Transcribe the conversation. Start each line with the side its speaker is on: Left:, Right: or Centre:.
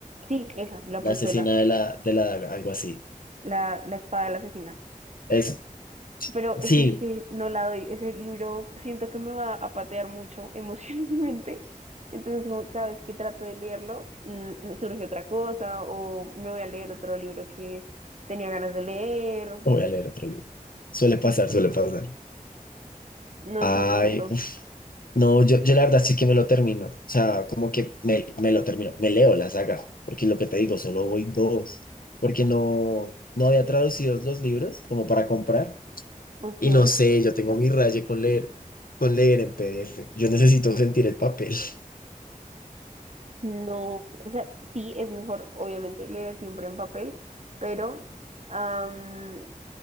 Right: sí, esa, la precuela,
Left: la asesina de la, de la, algo así.
Right: la, la espada del asesina.
Left: Eso,
Right: Pero
Left: sí,
Right: ese es que no la doy. Ese libro siento que me va a patear mucho <laughs> emocionalmente. Entonces, como cada vez que trato de leerlo, mm, me surge otra cosa o me voy a leer otro libro que tenía ganas de leer.
Left: voy a leer otro libro. Suele
Right: Sí,
Left: pasar, suele pasar.
Right: no
Left: Ay,
Right: soporto.
Left: uf, no, yo, yo la verdad sí que me lo termino, o sea, como que me, me lo termino, me leo la saga, porque lo que te digo, solo voy dos, porque no, no había traducido los libros como para comprar.
Right: Ok.
Left: Y no sé, yo tengo mi raye con leer, con leer en PDF. Yo necesito sentir el papel. <laughs>
Right: No, o sea, sí es mejor, obviamente, leer siempre en papel, pero am,